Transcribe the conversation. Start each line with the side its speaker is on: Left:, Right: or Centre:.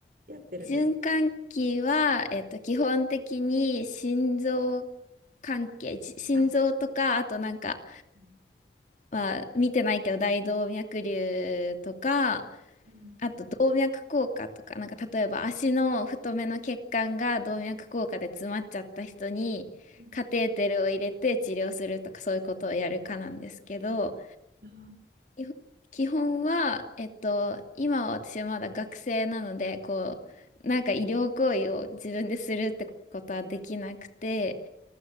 Right: やってるんですか
Left: 循環器は、えっと、基本的に心臓関係、じ心臓とか、
Right: あ
Left: あとなんか、
Right: うん
Left: まあ、見てないけど大動脈瘤とか、
Right: うん
Left: あと動脈硬化とか、なんか例えば足の太めの血管が動脈硬化で詰まっちゃった人にカテーテルを入れて治療するとかそういうことをやるかなんですけど、
Right: うんあ
Left: 基本基本は、えっと、今は私はまだ学生なので、こう、なんか医療行為を自分でするってことはできなくて、